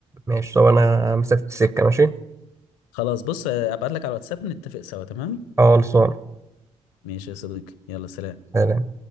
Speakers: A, on the right; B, on the left.
A: ماشي طب انا مسافه السكه ماشي
B: خلاص بص آه، ابعت لك على الواتساب نتفق سوا تمام
A: خلصان
B: ماشي يا صديقي يلا سلام
A: سلام